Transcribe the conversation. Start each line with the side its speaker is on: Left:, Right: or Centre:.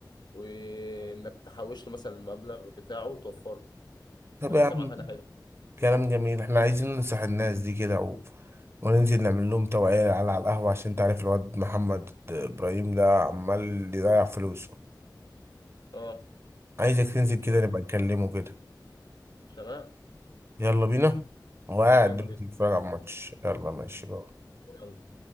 Left: وانك تحوش له مثلا المبلغ بتاعه وتوفره
Right: طب
Left: فدي
Right: يا عم
Left: طبعا حاجه حلوه
Right: كلام جميل احنا عايزين ننصح الناس دي كده و... وننزل نعمل لهم توعية على على القهوة عشان تعرف الواد محمد إبراهيم ده عمال يضيع فلوسه
Left: اه
Right: عايزك تنزل كده
Left: لا
Right: نبقى نكلمه كده
Left: تمام
Right: يلا بينا هو قاعد
Left: يلا
Right: دلوقتي
Left: بينا
Right: بيتفرج على الماتش يلا ماشي بقى
Left: يلا